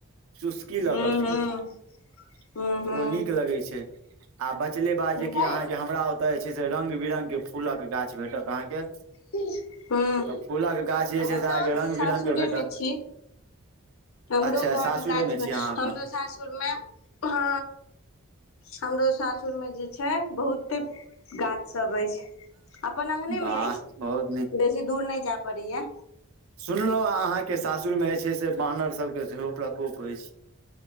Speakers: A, on the right; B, on the left.
A: चुस्की
B: हूं
A: लऽ कऽ पीयू
B: हूं
A: तऽ
B: हूं हूं
A: ओ नीक लगै छै। आ बचले बात जेकि
B: हूं
A: अहाँके हमरा ओतऽ जे छै से रंग-बिरंग के फूलक गाछ भेटत। तऽ अहाँके
B: हमहुँ
A: तऽ फूलक गाछ जे छै से
B: सब
A: अहाँके
B: सासुरे
A: रंग-बिरंग के भेटत।
B: मे छी हमरो
A: अच्छा
B: घरमे
A: सासुरे
B: गाछमे
A: मे छी अहाँ एखन
B: हमरो सासुरमे ह। हमरो सासुर मे जे छै बहुते गाछ सब अइछ। अपन अंगने
A: वाह
B: मे अइछ
A: बहुत
B: बेसी दूर नहि जैऽ पड़ैए।
A: सुनलउ है। अहाँके सासुर मे जे छै से बानर सबके सेहो प्रकोप अइछ